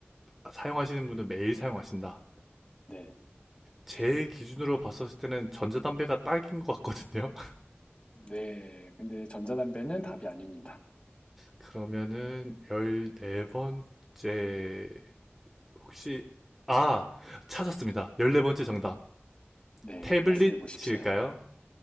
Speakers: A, in the centre; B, on the left.
A: 아, 사용하시는 분은 매일 사용하신다.
B: 네,
A: 제 기준으로 봤었을 때는 전자담배가 딱인 것 같거든요.
B: 네. 근데 전자담배는 답이 아닙니다.
A: 그러면은 열네번째 혹시 아, 찾았습니다. 열네번째 정답.
B: 네,
A: 태블릿일까요?
B: 말씀해 보십시오.